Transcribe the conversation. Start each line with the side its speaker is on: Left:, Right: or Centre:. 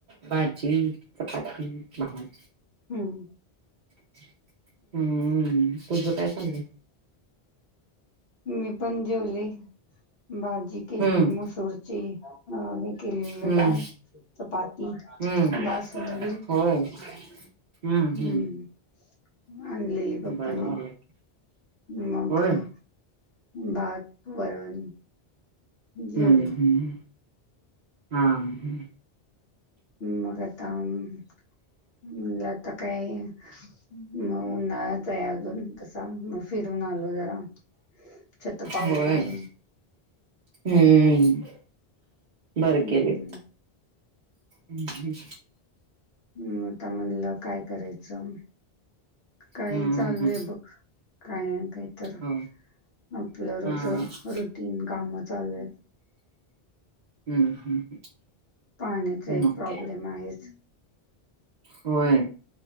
Right: भाजी, चपाती, भात.
Left: हम्म.
Right: <inaudible> हम्म तुझं काय चाललं?
Left: मी पण जेवले. भाजी केलेली
Right: हम्म
Left: मसूरची अं हे केलेले
Right: हम्म
Left: डाळ चपाती,
Right: हम्म
Left: बासुंदी.
Right: होय हम्म
Left: हम्म
Right: हम्म
Left: आणलेली पपांनी,
Right: बरं झालं
Left: मग
Right: होय
Left: हा. भात, वरण जेवलो
Right: हम्म हम्म. हा हम्म.
Left: मग आता मग आता काय म उन्हाळाच आहे अजून. कसा फिरून आलो जरा शतपावली
Right: होय.
Left: करून
Right: हम्म बर
Left: हं,
Right: केलेत. हम् हम्
Left: हम् आता म्हणलं काय करायचं? काही
Right: हम्म
Left: चालू
Right: हम्म
Left: आहे बघ, काही ना काही तर
Right: हो
Left: आपलं रोज
Right: हा हम्म
Left: रुटीन काम चालू आहे.
Right: हम्म हम्म
Left: पाण्याचा एक
Right: मग
Left: प्रॉब्लेम
Right: काय
Left: आहेच.
Right: होय